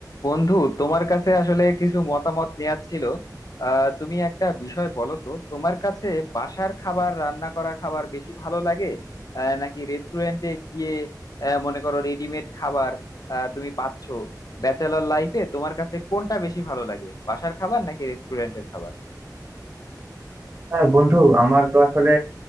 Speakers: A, on the left (about 55°); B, on the right (about 30°).
A: বন্ধু তোমার কাছে আসলে কিছু মতামত নেওয়ার ছিল আহ তুমি একটা বিষয় বলো তো তোমার কাছে বাসার খাবার রান্না করা খাবার বেশি ভালো লাগে আহ নাকি রেস্টুরেন্টে গিয়ে আহ মনে করো রেডিমেড খাবার আহ তুমি পাচ্ছ ব্যাচেলর লাইফে তোমার কাছে কোনটা বেশি ভালো লাগে বাসার খাবার নাকি রেস্টুরেন্টের খাবার
B: হ্যাঁ বন্ধু আমার তো আসলে